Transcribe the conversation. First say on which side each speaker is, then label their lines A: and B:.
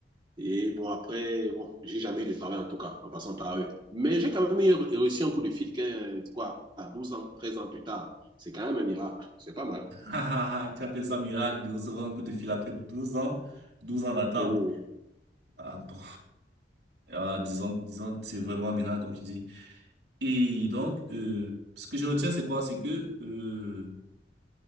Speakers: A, on the right (about 25°); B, on the right (about 85°).
A: Et bon, après, bon, j'ai jamais eu de travail en tout cas, en passant par eux. Mais j'ai quand même eu- réussi un coup de fil, qu'un- quoi, à 12 ans, 13 ans plus tard. C'est quand même un miracle. C'est pas mal.
B: là. <laughs> Tu appelles ça miracle de recevoir un coup de fil après douze ans, 12 ans d'attente.
A: Oh,
B: Ah bon. Ah, disons, disons que c'est vraiment un miracle, comme tu dis. Et donc, euh, ce que je retiens, c'est quoi? C'est que euh,